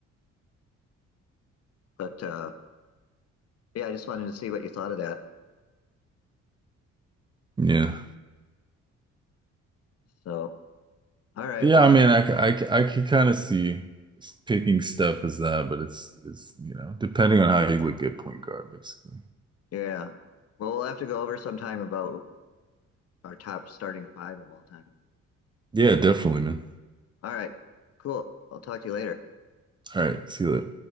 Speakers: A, on the left; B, on the right.
A: But uh, yeah, I just wanted to see what you thought of that.
B: Yeah,
A: So, all right.
B: yeah.
A: Well,
B: I mean,
A: I-
B: I, c- I, c- I could kind of see picking Steph as that, but it's it's you know depending on how you look at point guard, basically.
A: yeah. Well, we'll have to go over sometime about our top starting five of all time.
B: Yeah, definitely, man.
A: All right. Cool. I'll talk to you later.
B: All right, see you later.